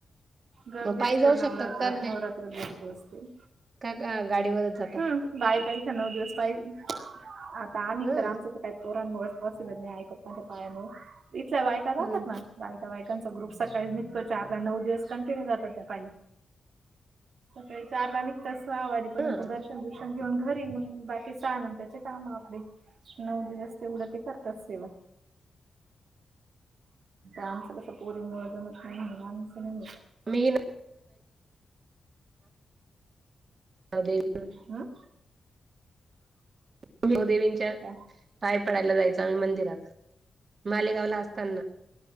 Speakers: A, on the right; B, on the right.
A: गर्दी
B: मग पायी
A: असतेच,
B: जाऊ
A: नवरात्रात
B: शकतात का नाही
A: नवरात्रात गर्दी असते.
B: का गा गाडीवरच जातात?
A: हम्म बाई काय का नऊ दिवस पाय आता आम्ही
B: हा
A: तर, आमच काय. पोरांमुळे पॉसिबल नाही आहे पप्पांच्या पायामुळे इथल्या बायका जातात
B: हम्म
A: ना. बायका बायकांचा, ग्रुप सकाळी निघतो. चारला नऊ दिवस कंटिन्यू जातात, त्या पाई सकाळी चारला निघता. सहा वाजेपर्यंत
B: हा
A: दर्शन दुर्शन घेऊन, घरी मग बाकी सहा नंतरचे काम आपले. नऊ दिवस तेवढं ते करतात सेवा. आमचं कसं पोरीमुळे जमत नाही, म्हण आमचं नाही होत.
B: मी ना? आ.
A: हा.
B: कुलदेवींच्या
A: काय
B: पाय पडायला जायचो, आम्ही मंदिरात मालेगावला असतांना ना.